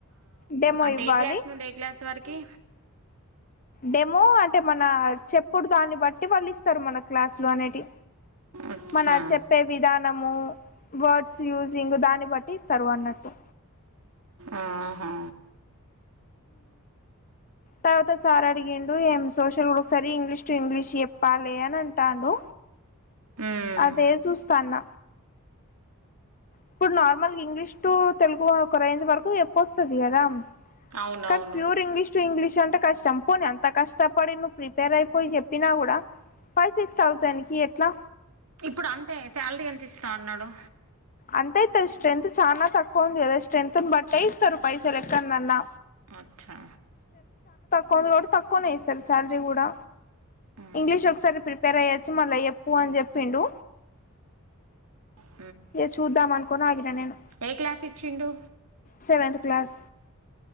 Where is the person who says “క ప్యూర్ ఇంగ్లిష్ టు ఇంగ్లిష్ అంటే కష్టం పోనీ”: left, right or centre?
Left